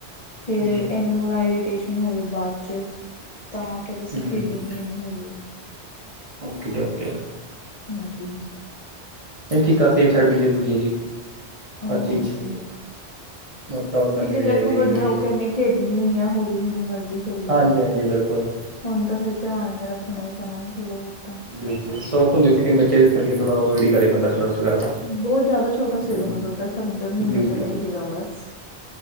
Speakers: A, on the left; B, on the right.
A: ਫਿਰ
B: ਜੀ
A: ਇਹਨੂੰ ਨਾ ਇਰੀਟੇਸ਼ਨ ਹੋਵੇ ਬਾਅਦ ਚ ਤਾਂ ਫੇਿਰ ਅਸੀਂ
B: ਹਮ
A: ਖੇਡੀ ਨੀ ਇੰਨੀ ਹੋਲੀ
B: ਓਕੇ ਜੀ ਓਕੇ
A: ਹਾਂਜੀ
B: ਨਹੀਂ ਠੀਕ ਆ ਸੇਫ ਸਾਈਡ ਵੀ ਜ਼ਰੂਰੀ ਹੈ ਜੀ <unintelligible>
A: ਹਾਂਜੀ
B: ਹਰ ਚੀਜ਼ ਨੋਟ ਡਾਊਨ ਕਰਨੀ
A: ਕਿ ਜੀ
B: ਵੀ
A: ਦੇਖੋ
B: ਚਾਹੀਦੀ ਹੈਗੀ
A: ਵੱਡੇ
B: ਜਿਹੜੀ
A: ਹੋਕੇ ਏਨੇ ਖੇਡਣੀ ਹੋਈ ਏ ਹੋਲੀ ਜਿੰਨੀ ਮਰਜ਼ੀ ਚਲੇ
B: ਹਾਂਜੀ ਹਾਂਜੀ ਬਿਲਕੁਲ
A: ਹੁਣ ਤਾਂ ਫੇਰ ਧਿਆਨ ਤਾਂ ਰੱਖਣਾ ਈ ਪੈਣਾ ਨਾ ਥੋੜਾ ਬੋਤਾ
B: ਜ ਸੌਕ ਹੁੰਦੇ ਸੀ ਕਿ ਬੱਚੇ ਇਸ ਕਰਕੇ ਥੋੜਾ, ਅਵੋਇਡ ਈ ਕਰੇ ਬੰਦਾ ਕਲਰ ਵਗੈਰਾ ਤਾਂ
A: ਬੋਤ ਜ਼ਾਦਾ ਛੋਟਾ ਸੀਗਾ
B: ਹਮ
A: ਉਹਦਾ ਸਮਝੋ ਮੈਨੇ
B: ਜੀ
A: ਕਦਾ
B: ਜੀ
A: ਹੀ
B: ਜੀ
A: ਸੀਗਾ ਬਸ